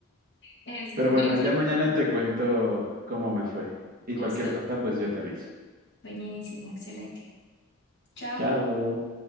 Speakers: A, on the left; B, on the right.
A: Este,
B: Pero
A: cualquier
B: bueno, ya mañana te cuento cómo me fue y
A: gusto.
B: cualquier cosa, pues yo te aviso.
A: Buenísimo, excelente. Chao.
B: Chao.